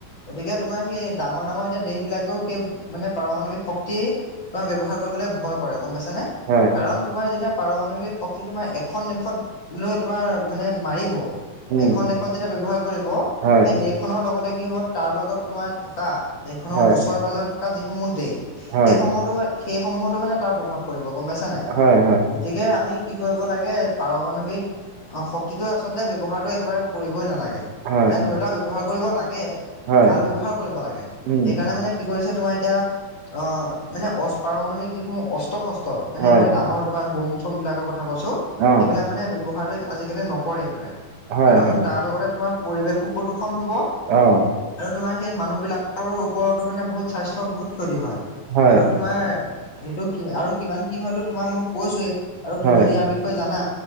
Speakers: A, on the left; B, on the right.
A: গতিকে তোমাৰ সেই ডাঙৰ ডাঙৰ এতিয়া দেশবিলাকেও সেই মানে পাৰমাণৱিক শক্তি তোমাৰ ব্যৱহাৰ কৰিবলৈ ভয় কৰে, গম পাইছানে?
B: হয়
A: কাৰণ তোমাৰ যেতিয়া পাৰমাণৱিক শক্তি, তোমাৰ এখন দেশত লৈ তোমাৰ মানে মাৰিব,
B: উম
A: এখন দেশত যেতিয়া ব্যৱহাৰ কৰিব
B: হয়
A: সেই দেশ দেশখনৰ লগতে কি হ'ব তাৰ লগত তোমাৰ থকা, দেশখনৰ
B: হয়
A: ওচৰে- পাজৰে থকা যিসমূহ দেশ,
B: হয়
A: সেইসমূহতো সেই সমূহতো মানে তাৰ প্ৰভাৱ পৰিব গম পাইছানে?
B: হয় হয়
A: গতিকে, আমি কি কৰিব লাগে পাৰমাৱিক অ' শক্তিটো আচলতে ব্যৱহাৰটো একেবাৰে কৰিবই নালাগে।
B: হয়
A: নাই ধৰি লোৱা ব্যৱহাৰ কৰিব লাগে
B: হয়
A: ভাল ব্যৱহাৰ কৰিব লাগে,
B: উম
A: সেইকাৰণে মানে কি কৰিছে তোমাৰ এতিয়া আহ মানে অচ পাৰমাণৱিক যিসমূহ অস্ত-শস্ত্ৰ মানে
B: হয়
A: একেবাৰে ডাঙৰ তোমাৰ বম-চম বিলাকৰ কথা কৈছো।
B: অ
A: সেইবিলাক মানে ব্যৱহাৰটো আজিকালি নকৰেই প্ৰায়।
B: হয়
A: কাৰণ
B: হয়
A: তাৰ লগতে তোমাৰ পৰিৱেশো প্ৰদূষণ হব
B: অ
A: আৰু তোমাৰ সেই মানুহবিলাক আৰু ওপৰতো মানে বহুত স্বাস্থ্যৰ বহুত ক্ষতি হয়।
B: হয়
A: আৰু তোমাৰ এইটো কিবা আৰু কিমান কি হয়তো তোমাক মই কৈছোৱেই আৰু
B: হয়
A: তুমিও ইয়াৰ বিষয়ে জানা।